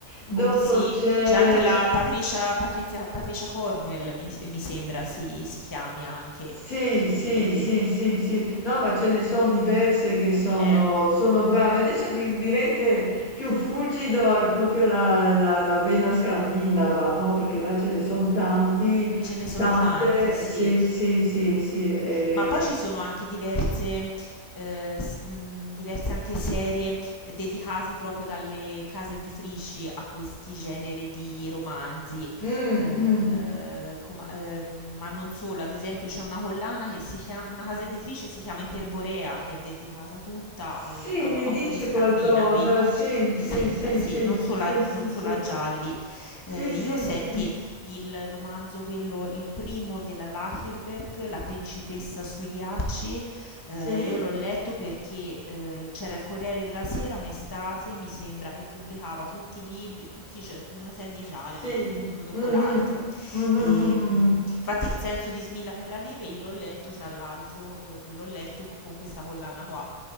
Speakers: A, on the left; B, on the left.
A: dopo
B: O chi- sì,
A: c'è...
B: c'è anche la Eh, Patricia, Patrizia- Patricia Cornwell, mi, mi sembra si, si chiami anche,
A: Sì,
B: che
A: sì, sì, sì, sì. No, ma ce ne sono diverse che sono,
B: eh,
A: sono brave. Adesso di- direi che più fulgido è proprio la, la- la vena scandinava, no? Perché là ce ne sono tanti,
B: ce ne sono
A: tante.
B: tanti, sì.
A: Sì, sì, sì, sì. eh.
B: Ma poi ci sono anche diverse, ehm, s mhmm, diverse anche serie eh, dedicate proprio dalle case editrici a questi generi di romanzi,
A: Mm,
B: ehm,
A: mm.
B: com ehm, ma non solo, ad esempio c'è una collana che si chia una casa editrice si chiama Iperborea, che è dedicata tutta
A: Sì,
B: al au
A: mi
B: autori
A: dice
B: scandinavi,
A: qualcosa. Sì,
B: mi
A: sì,
B: sembra,
A: sì,
B: sì,
A: sì,
B: non
A: sì,
B: solo a
A: sì,
B: non solo
A: sì.
B: a gialli.
A: Sì,
B: Ehm,
A: sì,
B: io senti,
A: sì,
B: il romanzo quello il primo della Lagerberg, La principessa sui ghiacci, ehm,
A: sì,
B: io l'ho letto perché, ehm, c'era il Corriere della Sera un'estate, mi sembra, che pubblicava tutti i lib tutti i gia tu una serie di gialli,
A: sì.
B: mhmm, uno dopo
A: Mm, mm.
B: l'altro.
A: Mm, mm,
B: Ehm,
A: mm, mm, mm.
B: infatti Il senso di Smilla per la neve io l'ho letto tra l'altro l'ho l'ho letto f con questa collana qua.